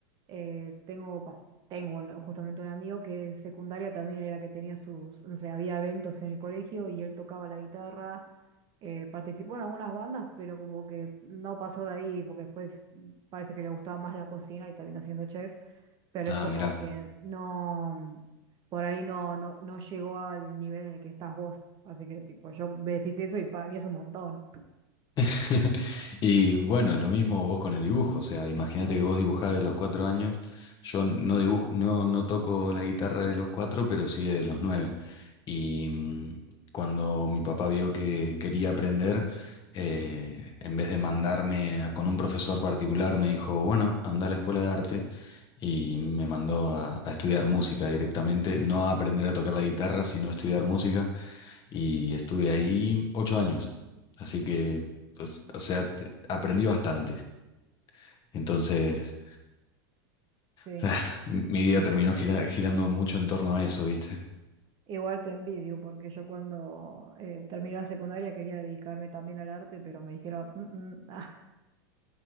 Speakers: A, on the right; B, on the left.
A: eh, tengo, bah, tengo un- justamente un amigo que en secundaria también era que tenía sus, no sé, había eventos en el colegio y él tocaba la guitarra, eh, participó en algunas bandas, pero como que no pasó de ahí porque después parece que le gustaba más la cocina y terminó siendo chef, pero
B: Ah,
A: es como
B: mirá.
A: que no, mm, por ahí no, no, no llegó al nivel en el que estás vos. Así que tipo, yo me decís eso y para mí es un montón.
B: <laughs> Y bueno, lo mismo vos con el dibujo, o sea, imagínate que vos dibujás de los cuatro años, yo no dibujo, no, no toco la guitarra de los cuatro, pero sí de los nueve. Y mm, cuando mi papá vio que quería aprender, eh, en vez de mandarme a- con un profesor particular, me dijo, bueno, anda a la escuela de arte y me mandó a, a estudiar música directamente, no a aprender a tocar la guitarra, sino a estudiar música y estuve ahí ocho años. Así que, o s- o sea, te- aprendí bastante. Entonces,
A: Sí.
B: <laughs> mi vida terminó gira- girando mucho en torno a eso, ¿viste?
A: Igual te envidio, porque yo cuando eh, terminé la secundaria quería dedicarme también al arte, pero me dijeron, "Mm, mm, ah, <laughs>